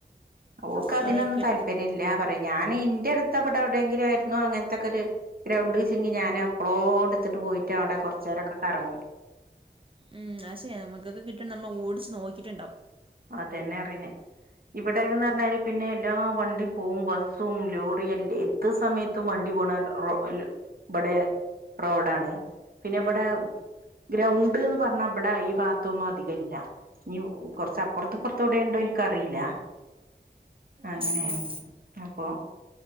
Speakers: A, on the right; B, on the right.
A: ഓൾക്ക്
B: അപ്പം
A: അതിനൊന്നും
B: അതൊക്കെ
A: താല്പര്യല്ല പറയാ ഞാനൻ ഇന്റെ ത്തപ്പെടടെ എവിടെങ്കില ആയിരുന്നു അങ്ങനത്തെക്കെരു ഒരു ഗ്രൗണ്ട് വെച്ചങ്കി ഞൻ എപ്പോളൊ എടുത്തിട്ട് പോയിട്ട് അവിടെ കുറ അച്ചരൊക്കെ കറങ്ങും
B: ഉം അത് ശരിയാ നമുക്കൊക്കെ കിട്ട നമ്മൾ ഓടിച്ച് നോക്കിട്ടുണ്ടാവും
A: അതന്നെ അറിയനേ ഇവിടെന്ന് പറഞ്ഞാല് പിന്നെ എല്ലാ വണ്ടിയും പോവും ബസ്സും ലോറിയുംല്ല ഏത് സമയത്തും വണ്ടി പോണ റാ ഇവിടെ റോഡാണ് പിന്നെ ഇവിടെ
B: ഏ
A: ഗ്രൗണ്ട് എന്ന് പറഞ്ഞ അവിടെ ഈ ഭാത്തൊന്നും അധികം ഇല്ല ഇനി കുറച്ച് പുറത്ത്പ്പറത്തൂടെയ ഉണ്ടോ എനിക്കറിയില്ല അങ്ങനെയാണ്
B: ഉം ഉം
A: അപ്പൊ